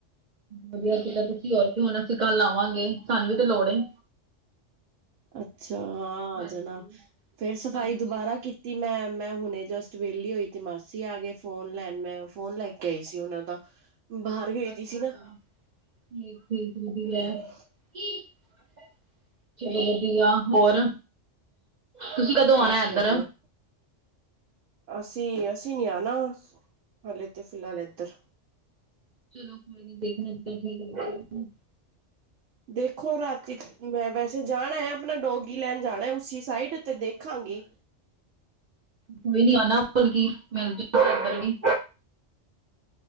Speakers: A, on the right (about 50°); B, on the right (about 80°).
A: ਵਧੀਆ ਕੀਤਾ ਤੁਸੀ। ਹੋਰ ਕੀ! ਹੁਣ ਅਸੀ ਕੱਲ ਆਵਾਂਗੇ। ਸਾਨੂੰ ਵੀ ਤੇ ਲੋੜ ਏ।
B: ਅੱਛਾ! ਹਾਂ
A: ਹਾਂਜੀ
B: ਆ ਜਾਨਾ, ਫੇਰ ਸਫ਼ਾਈ
A: ਹਾਂਜੀ
B: ਦੁਬਾਰਾ ਕੀਤੀ ਤੇ ਮੈਂ, ਮੈਂ ਹੁਣੇ ਜਸਟ ਵਿਹਲੀ ਹੋਈ। ਤੇ ਮਾਸੀ ਆ ਗਏ ਫੋਨ ਲੈਨ। ਮੈਂ ਫੋਨ ਲੈ ਕੇ ਆਈ ਸੀ ਉਹਨਾਂ ਦਾ। <inaudible> ਗਈ
A: ਅੱਛਾ!
B: ਦੀ ਸੀ ਨਾ
A: ਠੀਕ-ਠੀਕ ਵਧੀਆ
B: ਹਾਂ
A: ਏ। <inaudible> ਚਲੋ ਵਧੀਆ। ਹੋਰ! ਤੁਸੀਂ ਕਦੋਂ
B: ਬਸ
A: ਆਣਾ ਏਧਰ?
B: ਵਧੀਆ। ਅਸੀ, ਅਸੀ ਨੀ ਆਉਨਾਂ ਹਲੇ ਤੇ। ਫਿਲਹਾਲ, ਇਧਰ।
A: ਚਲੋ ਕੋਈ ਨੀ। ਦੇਖਨੇਂ ਹਾਂ, ਜਿੱਦਾਂ ਠੀਕ ਲੱਗੇ
B: ਦੇਖੋ, ਰਾਤੀ ਮੈਂ ਵੈਸੇ ਜਾਣਾ ਹੈ। ਆਪਣਾ ਡੋਗੀ ਲੈਣ ਜਾਣਾ ਏ, ਉਸੀ ਸਾਈਡ। ਤੇ ਦੇਖਾਂਗੀ।
A: ਕੋਈ ਨੀ ਆਨਾ ਇਧਰ ਵੀ, ਕੇ ਮਿਲ ਜੇ ਓ ਇੱਧਰ ਵੀ।